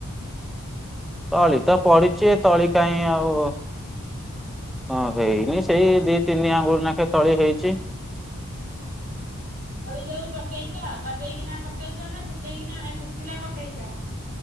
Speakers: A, in the centre; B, on the right (about 40°).
A: ତଳି ତ ପଡିଛି ତଳି କାହିଁ ଆଉ ହଁ ହେଇନି ସେଇ ଦି ତିନି ଆଙ୍ଗୁଳି ନେଖେ ତଳି ହେଇଛି।
B: ହଳି ଯୋଉ ପକେଇଛ ଗଜେଇକିନା ପକେଇଛ ନା ଶୁଖେଇକିନା ଶୁଖିଲା ପକେଇଛ?